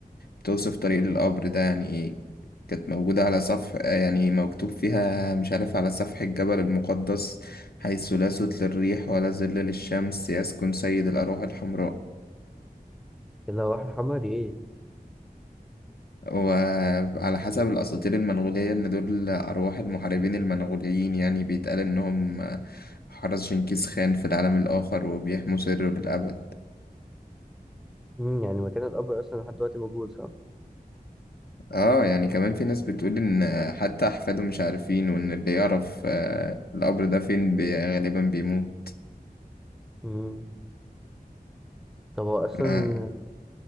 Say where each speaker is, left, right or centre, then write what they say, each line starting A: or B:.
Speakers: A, on the left (about 80°); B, in the centre.
A: بتوصف طريق القبر ده يعني ايه كانت موجودة على صفح يعني مكتوب فيها مش عارف على سفح الجبل المقدس حيث لا صوت للريح ولا ظل للشمس يسكن سيد الأرواح الحمراء
B: اللي هو الحمراء دي إيه؟
A: وعلى حسب الأساطير المنغولية إن دول أرواح المحاربين المنغوليين يعني بيتقال إنهم حرس جنكيز خان في العالم الآخر وبيحموا سره بالأبد
B: مم، يعني مكان القبر أصلا لحد دلوقتي موجود صح؟
A: اه يعني كمان في ناس بتقول ان حتى احفاده مش عارفين وان اللي يعرف آه، القبر ده فين بي- غالبا بيموت
B: مم. طب هو أصلا
A: أنا
B: آه،